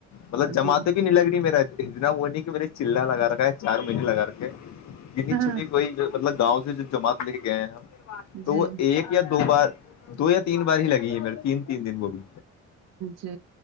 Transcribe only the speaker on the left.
مطلب جماعتیں
بھی نہیں لگ رہی میرا اتنا وہ نہیں کہ میں نے چلا لگا رکھا ہے چار مہینے لگا رکھے ہے کنی
چنی کوئی مطلب گاؤں سے ج جماعت لے کے گئے ہیں ہم تو
وہ ایک یا دو بار دو یا <unintelligible> تین بار ہی لگی ہے میرے تین تین دن وہ بھی